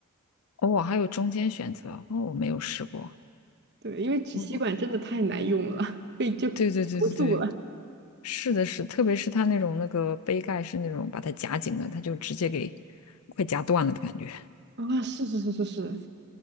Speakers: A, on the left; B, on the right.
A: 哦，我还有中间选择，哦，我没有试过。
B: 对，因为纸吸管真的太难用了，
A: 我，我
B: <laughs> 被就投诉了。
A: 对对对对对，是的是，特别是它那种那个杯盖是那种把它夹紧的，它就直接给快夹断了的感觉。
B: 啊，是是是是是，